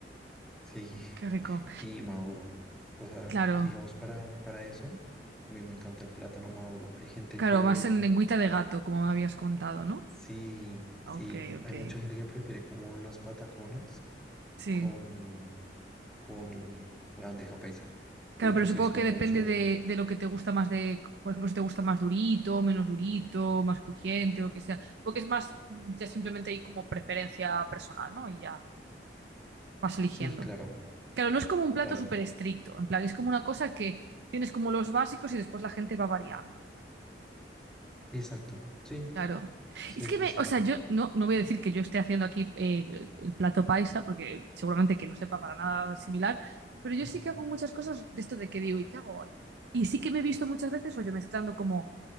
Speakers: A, in the centre; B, on the right.
A: sí,
B: Qué rico.
A: <laughs> y maduro. O sea,
B: Claro.
A: digamos, para, para eso, a mí me encanta el plátano maduro. Hay gente
B: Claro,
A: que,
B: más en lengüita de gato, como me habías contado, ¿no?
A: sí, sí,
B: Ok,
A: hay
B: ok.
A: mucha gente que prefiere como las pataconas
B: Sí.
A: con con la bandeja paisa. Pero
B: Claro,
A: yo
B: pero
A: sí
B: supongo
A: soy
B: que
A: mucho
B: depende
A: de...
B: de, de lo que te gusta más de, por ejemplo, si te gusta más durito, menos durito, más crujiente o lo que sea. Supongo que es más, mm, ya simplemente hay como preferencia personal, ¿no? Y ya. vas eligiendo.
A: Sí, claro,
B: Claro, no es como un plato
A: claro.
B: súper estricto, en plan, es como una cosa que tienes como los básicos y después la gente va variando.
A: Exacto. Sí,
B: Claro.
A: sí,
B: Es que
A: sí,
B: me,
A: sí.
B: o sea, yo no, no voy a decir que yo esté haciendo aquí eh, el plato paisa, porque seguramente que no sepa para nada similar, pero yo
A: Ujú.
B: sí que hago muchas cosas de esto de que digo, ¿y qué hago hoy? Y sí que me he visto muchas veces, o yo mezclando como